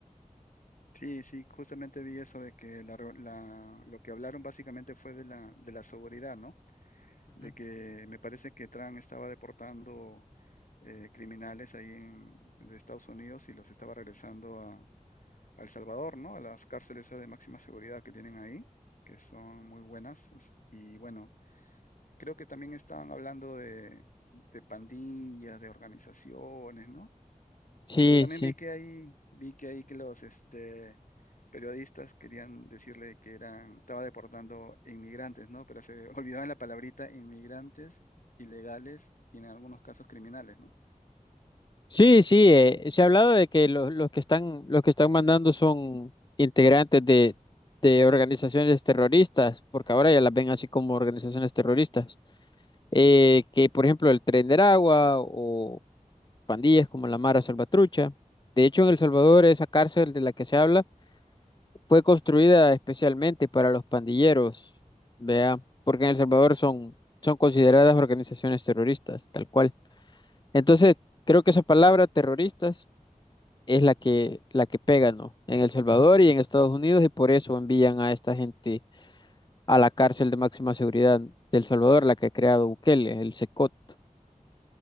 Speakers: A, on the left; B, on the left.
A: sí, sí, justamente vi eso de que la, reu- la- lo que hablaron básicamente fue de la, de la seguridad, ¿no?
B: Ujú.
A: De que me parece que Trump estaba deportando eh, criminales ahí en, de Estados Unidos y los estaba regresando a, a El Salvador, ¿no? A las cárceles de máxima seguridad que tienen ahí, que son muy buenas. As- Y bueno, creo que también estaban hablando de, de pandillas, de organizaciones, ¿no?
B: Sí,
A: Pero también
B: sí.
A: vi que ahí, vi que ahí que los este, periodistas querían decirle que eran, estaba deportando inmigrantes, ¿no? Pero se <laughs> olvidaban la palabrita inmigrantes, ilegales y en algunos casos criminales, ¿no?
B: Sí, sí, eh, se ha hablado de que los, los que están, los que están mandando son integrantes de, de organizaciones terroristas, porque ahora ya las ven así como organizaciones terroristas. eh, que por ejemplo el Tren del Agua o pandillas como la Mara Salvatrucha. De hecho, en El Salvador esa cárcel de la que se habla fue construida especialmente para los pandilleros, vea, porque en El Salvador son, son consideradas organizaciones terroristas, tal cual. Entonces, creo que esa palabra terroristas es la que, la que pega, ¿no? En El Salvador y en Estados Unidos y por eso envían a esta gente a la cárcel de máxima seguridad del Salvador, la que ha creado Bukele, el SECOT.